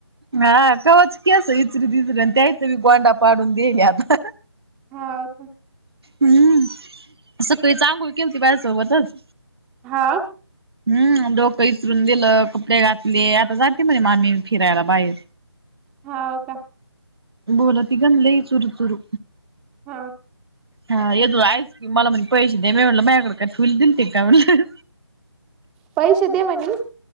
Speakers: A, on the right (about 60°); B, in the centre.
A: हा कवाच केस इचरीती इचरी आणि त्यातही गोंडा पाडून द्यायले आता.
B: हां
A: हम्म सकाळीच अंघोळ केलती माझ्या सोबतच.
B: हां
A: हम्म डोक इचरून दिल कपडे घातले आता जाते म्हणे मामी मी फिरायला बाहेर.
B: हाव का.
A: बोलाती गण लय चुरू चुरू.
B: हां
A: हा य दो आयस कि मला म्हणे पैसे दे मी म्हणल माझ्याकडे काय ठिवाय दिलते का म्हणल.
B: पैसे दे म्हणी.